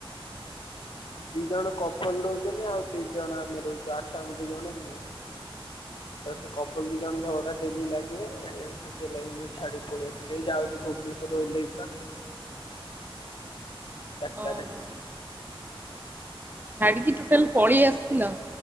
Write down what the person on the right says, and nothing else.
ଓହୋ ଛାଡିକି ଟୋଟାଲ ପଳି ଆସିଲ?